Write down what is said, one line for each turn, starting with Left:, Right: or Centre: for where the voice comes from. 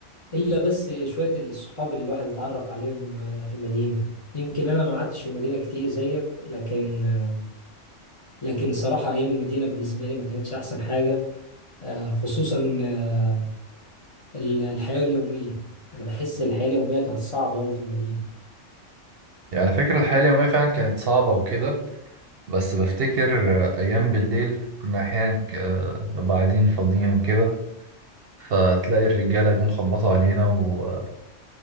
Left: الا بس شويه الصحاب اللي الواحد اتعرف عليهم آه، في المدينه يمكن انا ما قعدتش في المدينه كتير زيك لكن آه، لكن صراحه ايام المدينه بالنسبه لي ما كانتش احسن حاجه آه، خصوصا آه، ال- الحياه اليوميه انا بحس الحياه اليوميه كانت صعبه قوي في المدينه
Right: يعني على فكرة الحياة اليومية فعلا كانت صعبة وكده بس بفتكر آه، أيام بالليل كنا أحيانا ك- آه، نبقى قاعدين فاضيين وكده فتلاقي الرجالة جم خبطوا علينا ويقولوا